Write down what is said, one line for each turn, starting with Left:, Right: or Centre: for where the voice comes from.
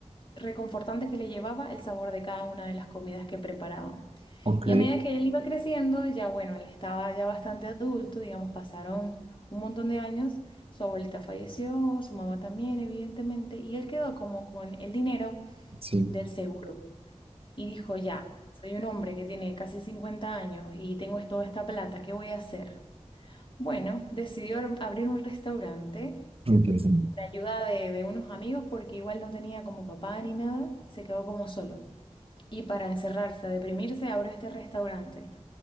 Left: reconfortante que le llevaba el sabor de cada una de las comidas que preparaban.
Right: Ok,
Left: Y a medida que él iba creciendo, ya bueno, él estaba ya bastante adulto, digamos, pasaron un montón de años. Su abuelita falleció, su mamá también, evidentemente, y él quedó como con el dinero
Right: sí.
Left: del seguro y dijo, ya, soy un hombre que tiene casi 50 años y tengo toda esta plata, ¿qué voy a hacer? Bueno, decidió ar- abrir un restaurante,
Right: Muy Interesante.
Left: la ayuda de, de unos amigos porque igual no tenía como papá ni nada, se quedó como solo. Y para encerrarse, a deprimirse, abrió este restaurante.